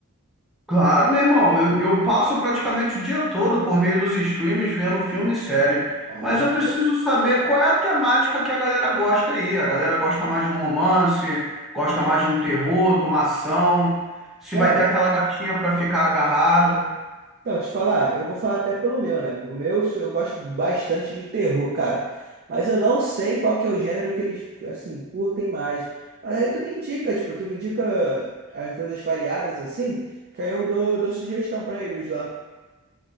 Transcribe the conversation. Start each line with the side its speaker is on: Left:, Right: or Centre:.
Centre: Claro, meu irmão, eu, eu passo praticamente o dia todo por meio dos streams vendo filme e série,
Right: Ah,
Centre: mas eu
Right: que
Centre: preciso
Right: bom.
Centre: saber qual é a temática que a galera gosta aí. A galera gosta mais de um romance, gosta mais de um terror, de uma ação, se
Right: Cara,
Centre: vai ter aquela gatinha para ficar agarrado.
Right: então, te falar, eu vou falar até pelo meu, né? O meu, eu gosto bastante de terror, cara. Mas eu não sei qual que é o gênero que eles, assim, curtem mais. Mas aí tu me indica, tipo, tu me indica as coisas variadas, assim, que aí eu dou, dou sugestão pra eles lá.